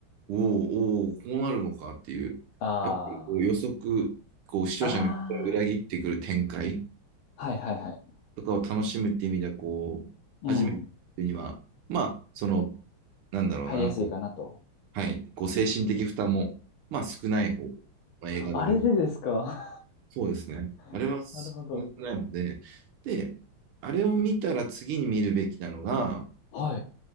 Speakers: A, on the right; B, on the left.
A: おお、おーこうなるのかっていう、
B: あ
A: やっぱりこう予測、こう視聴者の期待を裏切ってくる展開
B: あ。ああ。はい、はい、はい。
A: とかを楽しむっていう意味では、こう、
B: うん。
A: 初めてには、まあ、その、なんだろうな、
B: 入りやすいかなと。
A: こう、はい、こう精神的負担も、まあ少ない方の映画でなる。
B: あれでですか。
A: そうですね。あれは少ないので、
B: <laughs> なるほど。
A: で、あれを見たら次に見るべきなのが、
B: はい。